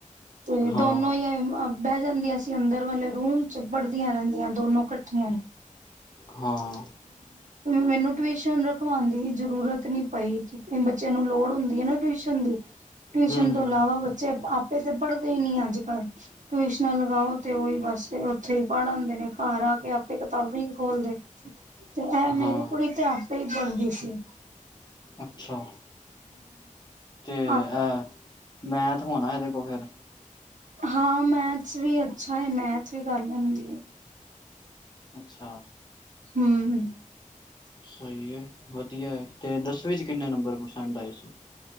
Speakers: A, on the right; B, on the left.
A: ਤੇ
B: ਹਾਂ
A: ਦੋਨੋ ਹੀ ਬਹਿ ਜਾਂਦੀਆਂ ਸੀ ਅੰਦਰ ਵਾਲੇ ਰੂਮ ਚ ਪੜਦੀਆਂ ਰਹਿੰਦੀਆਂ ਦੋਨੋ ਕੱਠੀਆਂ।
B: ਹਾਂ
A: ਮੈਨੂੰ ਟਿਊਸ਼ਨ ਰਖਵਾਉਣ ਦੀ ਜ਼ਰੂਰਤ ਨੀ ਪਈ ਕਿ ਬੱਚਿਆਂ ਨੂੰ ਲੋੜ ਹੁੰਦੀ ਹੈ ਨਾ ਟਿਊਸ਼ਨ ਦੀ। ਟਿਊਸ਼ਨ
B: ਹੂੰ
A: ਤੋਂ
B: ਹੂੰ
A: ਇਲਾਵਾ
B: ਹੂੰ
A: ਬੱਚੇ ਆਪੇ ਤੇ ਪੜ ਨੀ ਅੱਜ ਕੱਲ ਟਿਊਸ਼ਨਾਂ ਲਗਾਓ ਤੇ ਉਹੀ ਬਸ ਉੱਥੇ ਹੀ ਪੜ੍ਹ ਆਦੇ ਨੇ ਘਰ ਆ ਕੇ ਆਪੇ ਕਿਤਾਬਾ ਨਹੀਂ ਤੇ ਐ ਮੇਰੀ
B: ਹਾਂ
A: ਕੁੜੀ ਤੇ ਆਪੇ ਬਣਦੀ ਸੀ
B: ਅੱਛਾ ਤੇ
A: ਹਮ
B: ਅੇਹ ਮੈਥ ਹੋਣਾ ਇਹਦੇ ਕੋਲ ਫਿਰ?
A: ਹਾਂ ਮੈਥਸ ਵੀ ਅੱਛਾ ਹੈ ਮੈਥ ਵੀ ਕਰ ਲੈਂਦੀ ਹੈ।
B: ਅੱਛਾ
A: ਹੂੰ
B: ਸਹੀ ਹੈ ਵਧੀਆ ਹੈ ਤੇ ਦਸਵੀਂ ਚ ਕਿੰਨੇ ਨੰਬਰ? ਪਰਸੈਂਟ ਆਏ ਸੀ?